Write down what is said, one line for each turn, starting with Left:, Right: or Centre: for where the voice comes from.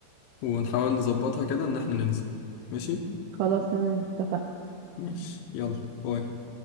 Left: ونحاول نظبطها كده إن إحنا ننزل ماشي
Right: خلاص تمام اتفقنا
Left: ماشي يلا باي